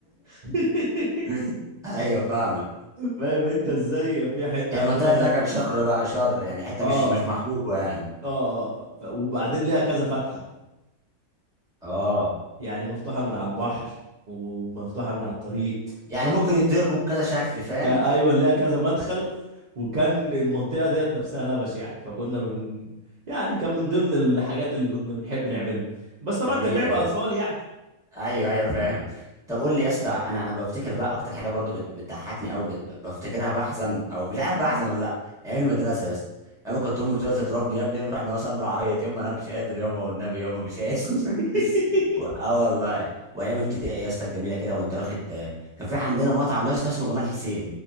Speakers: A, on the right (about 60°); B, in the centre.
A: <laughs>
B: <laughs> ايوه فاهمك
A: فاهم انت ازاي في حتة
B: هي
A: عندنا
B: منطقة لا كان شر بقى شر يعني حتة
A: اه
B: مش مش محبوبة يعني
A: اه آه. ف- وبعدين ليها كذا فتحة
B: اه
A: يعني مفتوحة من على البحر ومفتوحة من على الطريق
B: يعني ممكن يتضربوا بكذا شكل فاهم
A: كا- ايوه اللي ليها كذا مدخل وكان المنطقه ديت نفسها لبش يعني فكنا بن يعني كان من ضمن الحاجات اللي كنا بنحب نعملها بس طبعا
B: جميلة
A: كان لعب
B: يا
A: اطفال
B: اسطى
A: يعني
B: ايوه ايوه فاهم طب قول لي يا اسطى انا انا بفتكر بقى اكتر حاجه برضو بت- بتضحكني او بت- بفتكرها بحزن او مش عارف بحزن ولا لا ايام المدرسه يا اسطى ايام كنت امي بتقول تضربني يا ابني يا ابني روح مثلا بالعيط يما انا مش قادر يما والنبي يما مش قادر <laughs>
A: <laughs>
B: و- اه والله وايام ابتدائي يا اسطى الجميله كده وانت واخد كان في عندنا مطعم يا اسطى اسمه جمال حسين